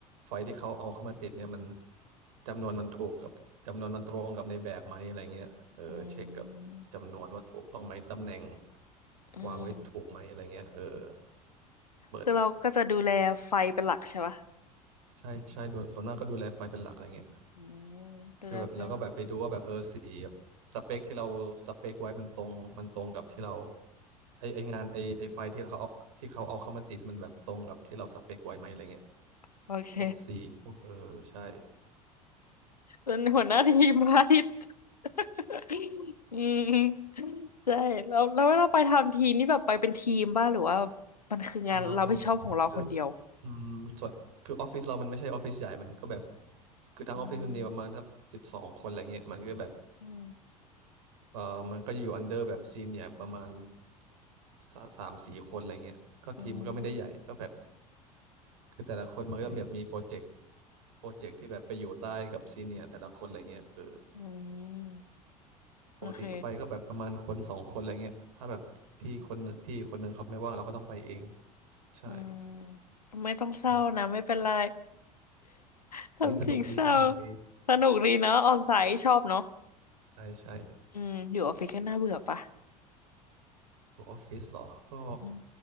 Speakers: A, on the right; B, on the left.
A: ไฟที่เขาเอาเข้ามาติดเนี่ยมันจำนวนมันถูกกับจำนวนมันตรงกับในแบบไหมอะไรเงี้ยเออเช็คกับจำนวนว่าถูกต้องไหมตำแหน่ง
B: อืมอืม
A: วางไว้ถูกไหมอะไรเงี้ยเออเปิด
B: คือเราก็จะดูแลไฟเป็นหลักใช่ปะ
A: ใช่ใช่ดูส่วนหน้ากก็ดูแลไฟเป็นหลักอะไรเงี้ย
B: อืมดูแลไฟล
A: คือแบบเราก็แบบไปดูว่าแบบเออสีแบบสเปคที่เราสเปคไว้มันตรงมันตรงกับที่เราไอไองานไอไอไฟล์ที่เขาเอาที่เขาเอาเข้ามาติดมันแบบตรงกับที่เราสเปคไว้ไหมอะไรเงี้ย
B: โอเค
A: พวกสีพวกเออใช่
B: เป็นหัวหน้าทีมพระอาทิตย์ <laughs> อืมใช่แล้วแล้วเราไปทำทีนี่แบบไปเป็นทีมบ้างหรือว่ามันคืองานเราไม่ชอบของเราคนเดียว
A: เออคืออืมส่วนคือออฟฟิศเรามันไม่ใช่ออฟฟิศใหญ่มันก็แบบคือทั้งออฟฟิศมันมีประมาณสักสิบสองคนอะไรเงี้ยมันก็แบบ
B: อืมอืม
A: เออมันก็จะอยู่อันเดอร์แบบซีเนียประมาณสาสามสี่คนอะไรเงี้ยก็ทีมก็ไม่ได้ใหญ่ก็แบบ
B: อืม
A: คือแต่ละคนมันก็แบบมีโปรเจกต์
B: โอเค
A: โปรเจกต์ที่แบบไปอยู่ใต้กับซีเนียร์แต่ละคนอะไรเงี้ยเออ
B: อืม
A: ปกติก็ไปก็แบบประมาณคนสองคนอะไรเงี้ยถ้าแบบพี่คนหนึ่งพี่คนหนึ่งเขาไม่ว่างเราก็ต้องไปเอง
B: โอเค
A: ใช่
B: อืมไม่ต้องเศร้านะไม่เป็นไร
A: อืม
B: <laughs> ทำสิ่งเศร้า
A: เฮ้ยสนุกดีสนุกดี
B: สนุกดีเนาะออนไซต์ชอบเนาะ
A: ใช่ใช่
B: อืมอยู่ออฟฟิศก็น่าเบื่อปะ
A: อยูออฟฟิศเหรอก็
B: อืม